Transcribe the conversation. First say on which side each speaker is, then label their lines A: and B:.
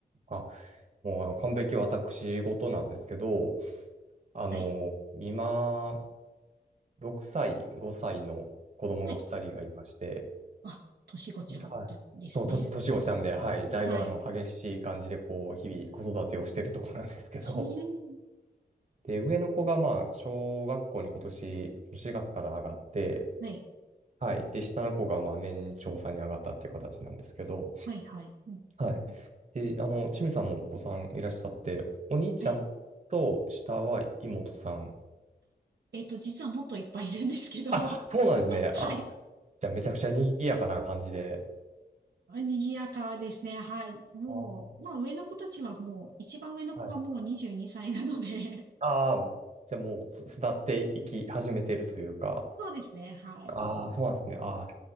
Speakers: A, on the right; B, on the right.
A: あ、もうあの、完璧私事なんですけど、あの、
B: はい。
A: 今、6歳、5歳の子供が2人がいまして、
B: はい。あ、としごちゃんだですね。
A: ではい。そう、とち、年落ちたんで、はい。だいぶあの、
B: はい。
A: 激しい感じで、こう、日々子育てをしてるところなんですけど、
B: <laughs>
A: で、上の子がまあ、小学校に今年、4月から上がって、
B: はい。
A: はい。で、下の子がまあ、年長さんに上がったっていう形なんですけど、
B: はい、はい。うんうんうん
A: はい。で、あの、清水さんもお子さんいらっしゃって、お兄ちゃんと下は妹さん
B: はい。えっと、実はもっといっぱいいるんですけど、
A: あ、
B: <laughs>
A: そうなんですね。
B: はい。
A: あ、じゃあめちゃくちゃ賑やかな感じで。
B: 賑やかですね。はい。もう、
A: あー
B: まあ上の子たちはもう、一番上の子がもう22歳なので、
A: はい。ああ、じゃあもうす巣立っていき始めてるというか。
B: <laughs> そうですね。はい。
A: ああ、そうなんですね。ああ、